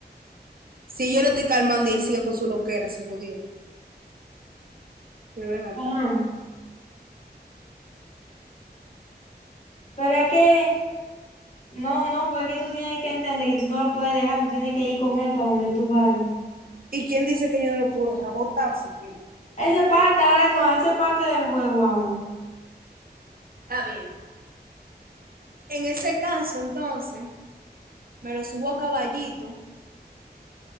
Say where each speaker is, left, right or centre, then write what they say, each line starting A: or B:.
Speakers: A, on the right; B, on the left.
A: Si yo lo estoy calmando y él sigue con su loquera, se jodió. Pero ven acá.
B: Ajá. Pero es que, no, no, porque tú tienes que entender que tú no lo puedes dejar, tú tienes que ir con él para donde tú vayas.
A: ¿Y quién dice que yo no lo puedo dejar botado si quiero?
B: Esa parte ahora no, esa es parte del juego ahora.
A: Está bien. En ese caso, entonces, me lo subo a caballito,